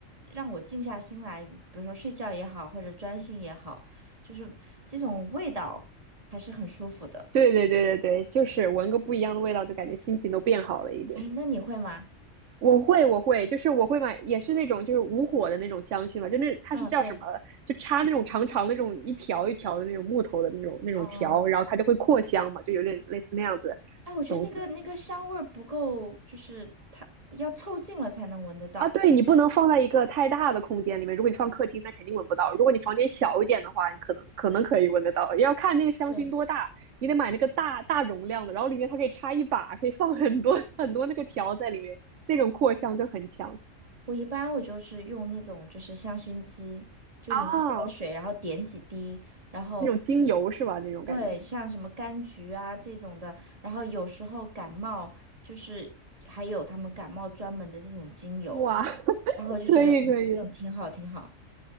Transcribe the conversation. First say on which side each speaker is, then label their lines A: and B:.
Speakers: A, on the right (about 30°); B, on the right (about 70°).
A: 让我静下心来，比如说睡觉也好，或者专心也好，就是这种味道还是很舒服的。
B: 对对对对对，就是闻个不一样的味道，就感觉心情都变好了一点。
A: 哎，那你会吗？
B: 我会，我会，就是我会买，也是那种就是无火的那种香薰嘛，就那它是叫什么？
A: 嗯，对，
B: 就插那种长长的那种一条一条的那种木头的那种那种条，
A: 嗯，
B: 然后它就会扩香嘛，就有点类似那样子的
A: 哎，我觉得那个那个香味儿不够，
B: 东西。
A: 就是它要凑近了才能闻得到。
B: 啊，对，你不能放在一个太大的空间里面。如果你放客厅，那肯定闻不到；如果你房间小一点的话，你可能可能可以闻得到。要看那个香薰多大，
A: 对，
B: 你得买那个大大容量的，然后里面它可以插一把，可以放很多很多那个条在里面，那种扩香就很强
A: 我一般我就是用那种就是香薰机，就里面倒水，
B: 啊。
A: 然后点几滴，然后就
B: 那种精油是吧？那种感觉，
A: 对，像什么柑橘啊这种的，然后有时候感冒就是还有他们感冒专门的这种精油，
B: 哇，<laughs>
A: 然后我就觉得嗯，
B: 可以可以，
A: 这种挺好挺好。